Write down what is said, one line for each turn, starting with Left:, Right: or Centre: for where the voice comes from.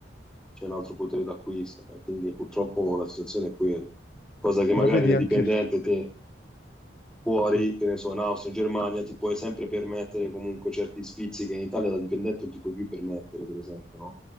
Centre: c'è un altro potere d'acquisto, e quindi purtroppo la situazione è quella, cosa che
Left: Però
Centre: magari
Left: vedi
Centre: da
Left: anche,
Centre: dipendente te fuori,
Left: sì.
Centre: che ne so, in Austria, in Germania, ti puoi sempre permettere comunque certi sfizi che in Italia da dipendente non ti puoi più permettere, per esempio, no?